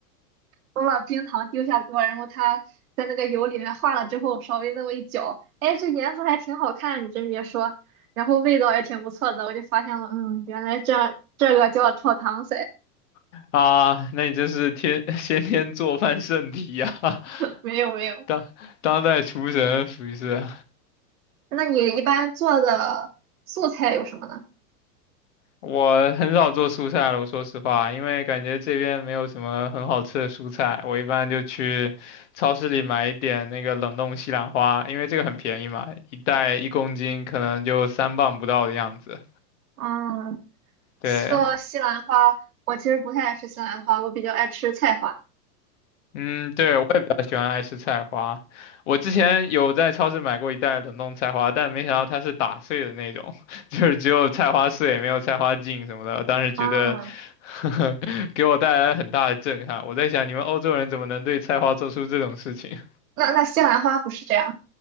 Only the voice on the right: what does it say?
我把冰糖丢下锅，然后它在那个油里面化了之后，稍微那么一搅，哎，这颜色还挺好看，你真别说，然后味道也挺不错的，我就发现了，嗯，原来这这个叫炒糖色，
没有没有。
那你一般做的素菜有什么呢？
嗯，
说到西兰花，我其实不太爱吃西兰花，我比较爱吃菜花。
嗯，
那那西兰花不是这样，